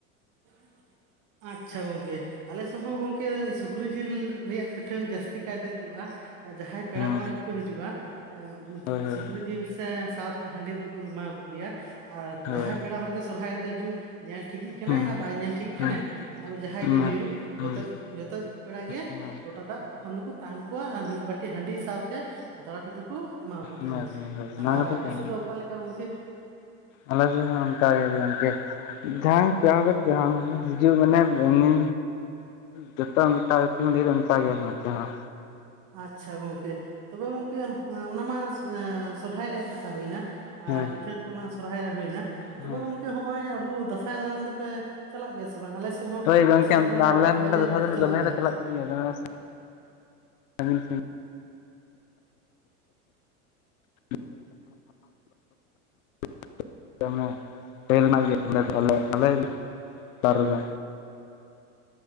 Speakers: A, on the right (about 45°); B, on the left (about 65°).
A: ᱦ <inaudible> ᱟᱪᱪᱷᱟ ᱜᱚᱝᱠᱮ, ᱟᱞᱮ ᱥᱮᱥ ᱦᱚᱸ ᱜᱚᱝᱠᱮ, ᱥᱩᱠᱨᱤ ᱡᱤᱞ ᱨᱮᱭᱟᱜ ᱯᱤᱴᱷᱟᱹ ᱡᱟᱹᱥᱛᱤ ᱠᱟᱭᱛᱮ, ᱧᱮᱼᱟ ᱡᱟᱦᱟᱸᱭ ᱯᱮᱲᱟ
B: ᱦᱩᱸ
A: ᱦᱚᱲ ᱜᱮ ᱠᱚ ᱦᱤᱡᱩᱜᱼᱟ, ᱮ
B: ᱦᱳᱭ ᱦᱳᱭ
A: ᱥᱩᱠᱨᱤ ᱡᱤᱞ ᱮ ᱥᱟᱶᱛᱮ ᱦᱟᱺᱰᱤ ᱫᱩᱠᱚ ᱮᱢᱟ ᱞᱠᱚ ᱜᱮᱭᱟ, ᱟᱨ
B: ᱦᱳᱭ
A: ᱡᱟᱦᱟᱸᱭ ᱯᱮᱲᱟ ᱦᱚᱲ ᱜᱮ ᱥᱚᱨᱦᱟᱭ ᱨᱮᱫᱚ ᱦᱤᱡᱩᱜ ᱧᱮᱞ ᱴᱷᱤᱠ ᱠᱟᱱᱟᱭ
B: ᱦᱩᱸ
A: ᱟᱨ ᱵᱟᱭ ᱧᱮᱞ ᱴᱷᱤᱠ
B: ᱦᱩᱸ
A: ᱠᱟᱱᱟᱭ ᱟᱫᱚ ᱡᱟᱦᱟᱸᱭ
B: ᱦᱩᱸ
A: ᱜᱮ ᱦᱳᱭᱳᱜ,
B: ᱦᱩᱸ
A: ᱡᱚᱛᱚᱭᱤᱡ ᱡᱚᱛᱚᱭᱤᱡ ᱯᱮᱲᱟ ᱜᱮ,
B: ᱦᱩᱸ
A: ᱞᱚᱴᱟ ᱫᱟᱜ ᱛᱚᱠᱷᱚᱱ ᱫᱚᱠᱚ ᱛᱟᱝ ᱠᱚᱣᱟ ᱟᱨ ᱢᱤᱫ ᱵᱟᱴᱤ ᱦᱟᱺᱰᱤ ᱥᱟᱶᱛᱮ, ᱯᱟᱛᱲᱟ ᱯᱤᱴᱷᱟᱹ ᱠᱩ ᱮᱢᱟ ᱟᱠᱚ ᱛᱟᱦᱮᱱᱟ
B: ᱚᱱᱟ ᱜᱮ ᱦᱳᱭ
A: ᱾
B: ᱚᱱᱟ
A: ᱟᱨ
B: ᱜᱮᱛᱚ
A: ᱟᱯᱮ
B: ᱠᱟᱹᱢᱤ
A: ᱥᱮᱫ ᱫᱚ ᱚᱠᱟ ᱞᱮᱠᱟ ᱜᱚᱝᱠᱮ?
B: ᱟᱞᱮ ᱥᱮᱫ ᱦᱚ ᱚᱱᱠᱟ ᱜᱮ ᱜᱚᱝᱠᱮ ᱾ ᱡᱟᱦᱟᱸᱭ ᱯᱮᱲᱟ ᱦᱚᱲ ᱠᱚ ᱡᱚᱢ ᱜᱮ ᱦᱤᱡᱩᱜ ᱢᱟᱱᱮ ᱮᱢᱱᱤ ᱡᱚᱛᱚ ᱚᱱᱠᱟ ᱰᱷ <unintelligible> ᱫᱚ ᱚᱱᱠᱟ ᱜᱮ ᱱᱚᱛᱮ ᱦᱚᱸ,
A: ᱟᱪᱪᱷᱟ ᱜᱚᱝᱠᱮ, ᱛᱚᱵᱮ ᱜᱚᱝᱠᱮ ᱚᱱᱟ ᱢᱟ ᱥᱚᱨᱚᱦᱟᱭ ᱨᱮᱭᱟᱜ ᱠᱟᱛᱷᱟ ᱦᱩᱭᱱᱟ ᱾
B: ᱦᱮᱸ
A: ᱟ ᱯᱤᱴᱷᱟᱹ ᱠᱚᱢᱟ ᱥᱚᱨᱦᱟᱭ ᱨᱮ ᱦᱩᱭᱱᱟ ᱾ ᱛᱚᱵᱮ
B: ᱦᱮᱸ
A: ᱜᱚᱝᱠᱮ ᱦᱚᱸᱜᱼᱚᱭ ᱟᱵᱩ ᱫᱟᱥᱟᱸᱭ ᱫᱟᱬᱟᱱ ᱫᱚᱯᱮ ᱪᱟᱞᱟᱜ ᱜᱮᱭᱟ ᱥᱮ ᱵᱟᱝ? ᱟᱞᱮ ᱥᱮ ᱥᱮᱫ ᱦᱚᱸ
B: ᱦᱳᱭ ᱜᱚᱝᱠᱮ
A: ᱫᱟᱥᱟᱸᱭ
B: ᱟᱞᱮ
A: ᱫᱟᱬᱟᱱ, ᱮᱴᱟᱜ
B: ᱱᱚᱰᱮ
A: ᱵᱟᱭᱨᱮ
B: ᱫᱚ
A: ᱟᱹᱛᱩ ᱠᱚ
B: ᱫᱚ
A: ᱪᱟᱞᱟᱜ ᱜᱮᱭᱟ ᱾
B: <unintelligible> ᱥᱟᱺᱜᱤᱧ ᱥᱮᱱ <inaudible> <inaudible> <inaudible> <inaudible> ᱨᱮᱱᱟᱜ ᱜᱮ ᱟᱞᱮ ᱫᱚ ᱟᱞᱮ ᱟᱞᱮ ᱥᱟᱨ ᱨᱮᱫᱚ